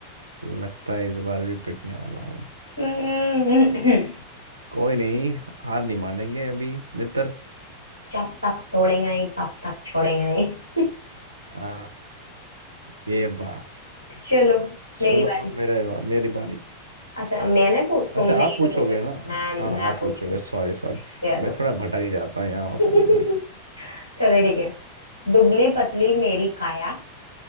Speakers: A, on the right; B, on the left.
A: लगता है इस बार भी पिटने वाला हूँ
B: हम्म,
A: कोई नहीं हार नहीं मानेंगे अभी मित्र
B: जब तक तोड़ेंगे नहीं तब तक छोड़ेंगे नहीं <laughs>
A: आ, ये बात
B: चलो मेरी
A: चलो
B: बारी
A: अब मेरे मेरी बारी
B: अच्छा मैंने पू तुमने
A: अच्छा आप
B: ही
A: पूछोगे
B: तो पूछा
A: ना
B: मैं
A: हाँ हाँ
B: मैं
A: आप
B: पूछूंगी
A: पूछोगे Sorry sorry
B: चलो
A: मैं थोड़ा भटक ही जाता हूँ यहाँ और
B: <laughs>
A: कभी कभी
B: चलो ठीक है दुबली पतली मेरी काया